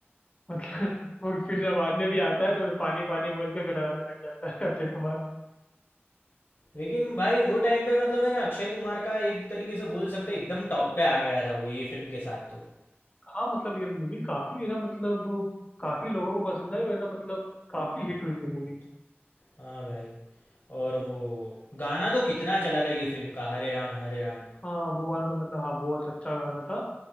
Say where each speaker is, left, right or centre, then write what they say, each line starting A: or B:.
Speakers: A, on the left (about 25°); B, on the left (about 60°).
A: <laughs> मतलब वो फिर जब बाद में भी आता है तो फिर पानी पानी बोल के डराने लग जाता है <laughs> अक्षय कुमार
B: लेकिन भाई वो टाइम पे मतलब है ना अक्षय कुमार का एक तरीके से बोल सकते हैं एकदम टॉप पे आ गया था वो ये फिल्म के साथ तो
A: हाँ मतलब ये मूवी काफी है ना मतलब काफी लोगों को पसंद आई और है ना मतलब काफी हिट हुई थी मूवी
B: हाँ भाई और वो गाना तो कितना चला था ये फिल्म का हरे राम हरे राम
A: हाँ वो वाला तो मतलब हाँ बहुत अच्छा गाना था